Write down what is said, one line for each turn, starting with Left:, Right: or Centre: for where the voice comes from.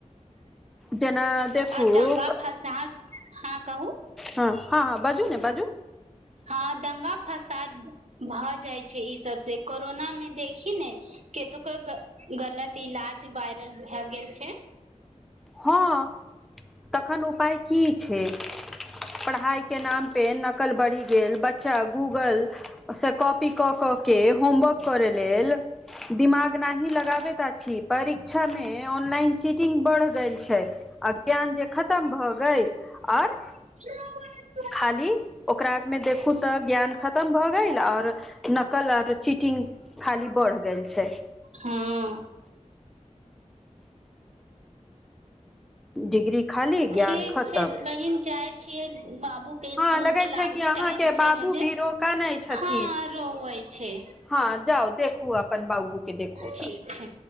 Centre: जेना देखू
Right: आ दंगा
Centre: हँ
Right: फसास हाँ कहू
Centre: हाँ हाँ हाँ बज्जु ने बज्जु
Right: हाँ दंगा फसाद भऽ जाई छै ई सब से कोरोना में देखी नय केतु के गलत इलाज वायरल भेए गेल छै
Centre: हँ तखन उपाय की छै पढ़ाई के नाम पे नकल बढ़ी गेल बच्चा गूगल से कॉपी कऽ कऽ के होमवर्क करे लेल दिमाग नहि लगाबैत अछि परीक्षा में में ऑनलाइन चीटिंग बढ़ गेल छै आ ज्ञान जे खतम भए गेल और
Right: ओ <unintelligible>
Centre: खाली ओकरा आर में देखू तऽ ज्ञान खतम भऽ गेल और नकल और चीटिंग खाली बढ़ गेल छै
Right: हं
Centre: डिग्री खाली ज्ञान
Right: ठीक
Centre: खतम।
Right: छै बहिन जाई छियै बाबू के
Centre: हँ
Right: स्कूल
Centre: लगै
Right: के लाबे
Centre: छै कि
Right: के
Centre: अहाँके
Right: टाइम छै
Centre: बाबू
Right: ह जे
Centre: भी रोकानै छथिन।
Right: हँ रोवे छै
Centre: हँ जाउ देखु अपन बाबू के देखु
Right: ठीक छै